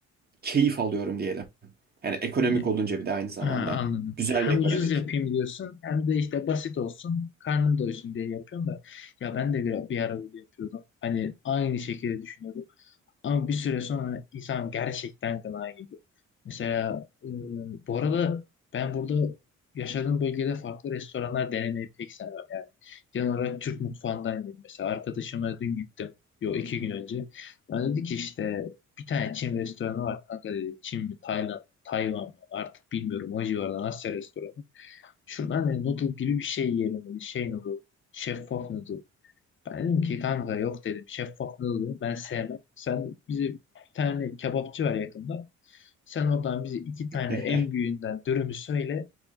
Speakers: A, on the right; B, on the left.
A: keyif alıyorum diyelim. Yani ekonomik
B: Yani
A: olunca bir de aynı zamanda.
B: ha, anladım.
A: Güzel
B: Hem
A: ve ekonomik.
B: ucuz yapayım diyorsun hem de işte basit olsun. Karnım doysun diye yapıyorsun da. Ya ben de bir, bir ara öyle yapıyordum. Hani aynı şekilde düşünüyordum. Ama bir süre sonra insan gerçekten gına geliyor. Mesela e, bu arada ben burada yaşadığım bölgede farklı restoranlar denemeyi pek sevmem yani. Genel olarak Türk mutfağından yedim. Mesela arkadaşıma dün gittim. Yo iki gün önce. Ben dedi ki işte bir tane Çin restoranı var kanka dedi. Çin mi Tayland Tayvan mı artık bilmiyorum o civardan Asya restoranı. Şuradan dedi, noodle gibi bir şey yiyelim dedi. Şey noodle. Şeffaf noodle. Ben dedim ki kanka yok dedim şeffaflığı oluyor ben sevmem. Sen bize bir tane kebapçı var yakında. Sen oradan bize iki tane
A: <laughs>
B: en büyüğünden dürümü söyle.